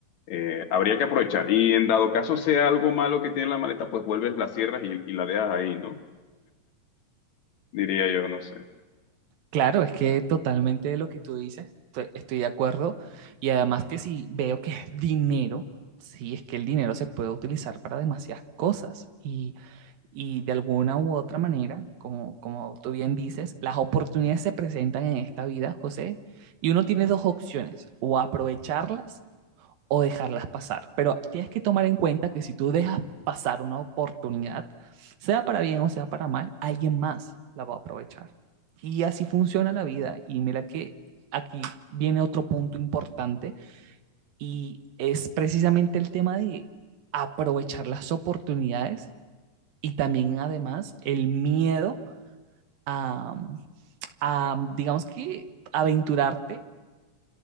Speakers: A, on the left; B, on the right.
A: eh, habría que aprovechar. Y en dado caso sea algo malo que tiene la maleta, pues vuelves, la cierras y, y la dejas ahí, ¿no? Diría yo, no sé.
B: Claro, es que totalmente lo que tú dices, te- estoy de acuerdo. Y además que si veo que es dinero, sí, es que el dinero se puede utilizar para demasiadas cosas. Y, y de alguna u otra manera, como, como tú bien dices, las oportunidades se presentan en esta vida, José, y uno tiene dos opciones, o aprovecharlas o dejarlas pasar. Pero tienes que tomar en cuenta que si tú dejas pasar una oportunidad, sea para bien o sea para mal, alguien más la va a aprovechar. Y así funciona la vida. Y mira que aquí viene otro punto importante y es precisamente el tema de aprovechar las oportunidades y también además el miedo a, a digamos que, aventurarte